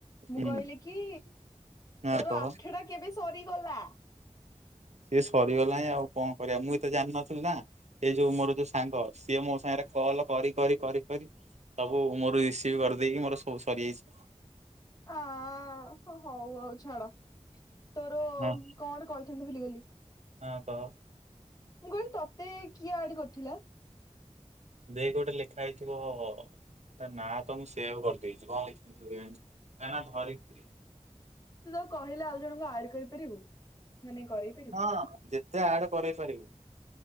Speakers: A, on the left; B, on the right.
A: ମୁଁ
B: ହୁଁ
A: କହିଲି କି
B: ହଁ
A: ତୋର
B: କହ।
A: ଆଠଟା କେବେ ସରିଗଲା।
B: ସିଏ ସରିଗଲାଣି ଆଉ କଣ କରିବା ମୁଁ ତ ଜାଣିନଥିଲି ନା ସେ ଯୋଉ ମୋର ଯୋଉ ସାଙ୍ଗ ସିଏ ମୋ ସାଙ୍ଗରେ କଲ କରି କରି କରି କରି ସବୁ ମୋର ରିସିଭ କରିଦେଇକି ମୋର ସବୁ ସରିଯାଇଛି।
A: ଆ ଆ ହଁ ହଉ ଆଉ ଛାଡ। ତୋର
B: ହଁ।
A: କଣ କହିଥାନ୍ତି ଭୁଲି ଗଲି। ହ
B: ହଁ କହ।
A: ମୁଁ କହିଲି ତତେ କିଏ ଆଡ କରିଥିଲା?
B: ଦେ ଗୋଟେ ଲେଖା ହେଇଥିବ ତା ନାଁ ତ ମୁଁ ସେଭ କରିଦେଇଛି କଣ ଲେଖା ହେଇଥିବ କେଜାଣି ତା ନା ଧରିତ୍ରୀ।
A: ତୁ ତ କହିଲେ ଆଉ ଜଣଙ୍କୁ ଆଡ କରିପାରିବୁ? ମାନେ କରେଇ ପାରିବୁ
B: ହଁ ଯେତେ ଆଡ କରଇ ପାରିବୁ